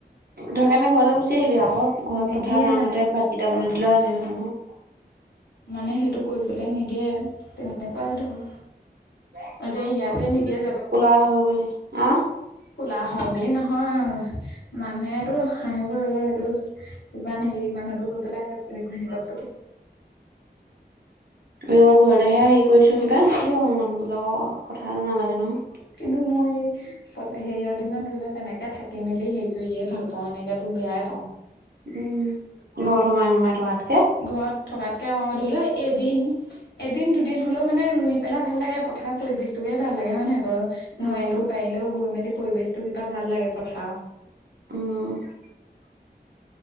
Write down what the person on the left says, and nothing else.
নিদিয়ে
মানে।
মানে সেইটো কৰিবলৈ নিদিয়ে তেনেকুৱাইে ধৰ।
এতিয়া ইয়াতে নিদিয়ে
কোলা হয় বুলি নহয় মানুহেটো হাঁহিব এইটো ইমান হেৰি মানুহটো হৈ পেলাই ঘৈনিয়েকক
কিন্তু মই সেয়ৰ দিনত ধৰি লও তেনেকে থাকি মেলি হেই কৰিয়ে ভালা প এনেক তো বেয়াই পাওঁ।
ঘৰত থকাতকে অ', ধৰি লোৱা এদিন এদিন দুদিন। বোল মানে ৰুই পেলা ভাল লাগে পথাৰ পৰিৱেশটোকে ভাল লাগে হয় নহয় বাৰু
নোৱাৰিলেও পাৰিলেও গৈ মেলি পৰিৱেশতটো কিবা ভাল লাগে পথাৰ।